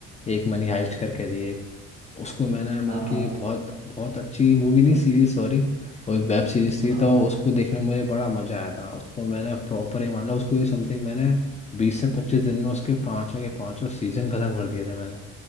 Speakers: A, on the left; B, on the right.
A: एक मनी हाइस्ट करके थी एक उसको मैंने मतलब
B: हाँ
A: कि
B: हाँ
A: बहुत बहुत अच्छी मूवी नहीं सीरीज सॉरी वो एक वेब सीरीज थी
B: हाँ
A: तो
B: हाँ
A: उसको देखने में मुझे बड़ा मजा आया था उसको मैंने प्रॉपर ही मान लो उसको ये समथिंग मैंने बीस से पच्चीस दिन में उसके पांचों के पांचों सीजन खत्म कर दिए थे मैंने